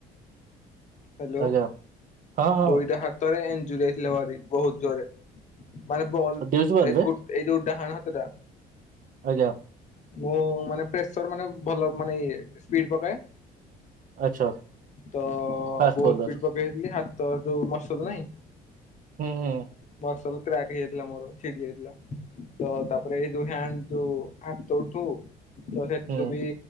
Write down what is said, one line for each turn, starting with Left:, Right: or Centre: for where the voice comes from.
Left: ହାଲୋ
Right: ଆଜ୍ଞା ହଁ ହଁ
Left: ଦୁଇଟା ହାତରେ ଏଞ୍ଜୁରି ହେଇଥିଲା ଭାରି ବହୁତ ଜୋରେ। ମାନେ ବଲ୍
Right: ଡ୍ୟୁଜ୍ ବଲ୍
Left: ଏଇ
Right: ରେ
Left: ଗୋ ଏଇ ଯୋଉ ଡାହାଣ ହାତଟା।
Right: ଆଜ୍ଞା।
Left: ମୁଁ ମାନେ ପ୍ରେସର୍ ମାନେ ଭଲ ମାନେ ଇଏ ସ୍ପିଡ଼୍ ପକାଏ।
Right: ଆଚ୍ଛା
Left: ତ
Right: ଫାଷ୍ଟ
Left: ବୋହୁତ
Right: ବୋଲର
Left: ସ୍ପିଡ଼୍ ପକେଇଏଇଥିଲି ହାତ ଯୋଉ ମସଲ୍ ନାଇଁ
Right: ହୁଁ ହୁଁ।
Left: ମର୍ସଲ କ୍ରାକ୍ ହେଇଯାଇଥିଲା ମୋର ଛିଡ଼ି ଯାଇଥିଲା। ତ ତାପରେ ଏଇ ଯୋଉ ହ୍ୟାଣ୍ଡ୍ ଯୋଉ ଆତ ଉଠଉ ତ ସେଥୁରୁ
Right: ହୁଁ
Left: ବି